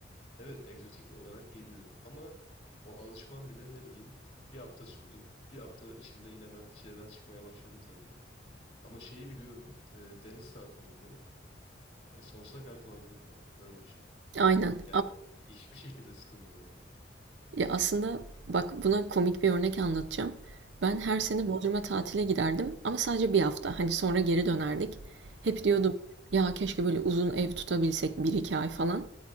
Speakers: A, on the left (about 35°); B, on the right (about 75°).
A: Evet, egzotik olarak geliyor ama o alışmam bile ne bileyim bir hafta sürdü. Bir hafta içinde yine ben çileden çıkmaya başladım tabii. Ama şeyi biliyorum, e, deniz tatilinde ya sonsuza kadar kalabilirim ya öyle bir şey.
B: Aynen.
A: Yani hiçbir şekilde sıkılmıyorum ben.
B: Ya, aslında bak buna komik bir örnek anlatacağım. Ben her sene
A: Hı
B: Bodrum'a tatile giderdim ama sadece bir hafta. Hani sonra geri dönerdik. Hep diyordum
A: hı hı.
B: ya keşke böyle uzun ev tutabilsek bir iki ay falan.